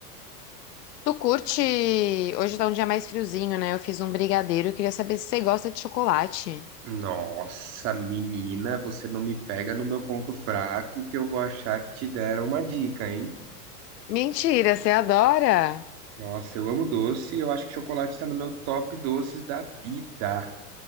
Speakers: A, on the left; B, on the right.
A: Tu curte. Hoje tá um dia mais friozinho, né? Eu fiz um brigadeiro. Eu queria saber se você gosta de chocolate.
B: Nossa, menina, você não me pega no meu ponto fraco que eu vou achar que te deram uma dica, hein?
A: Mentira, você adora?
B: Nossa, eu amo doce, eu acho que chocolate tá no meu top doces da vida.